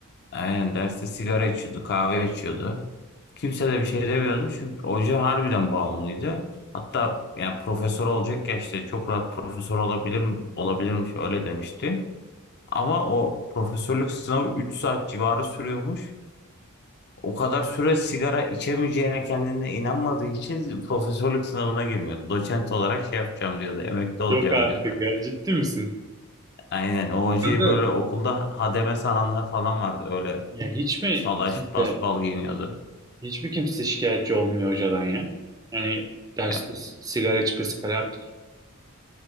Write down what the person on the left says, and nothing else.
Aynen derste sigara içiyordu, kahve içiyordu. Kimse de bir şey demiyordu çünkü hoca harbiden bağımlıydı. Hatta yani profesör olacak ya işte çok rahat profesör olabilir olabilirmiş öyle demişti. Ama o profesörlük sınavı 3 saat civarı sürüyormuş. O kadar süre sigara içemeyeceğine kendine inanmadığı için profesörlük sınavına girmiyordu. Doçent olarak şey yapacağım diyordu. Emekli olacağım
diyordu.
Aynen o hocayı
böyle okulda hademe sananlar falan vardı. Öyle
salaş
paspal giyiniyordu.
Ya,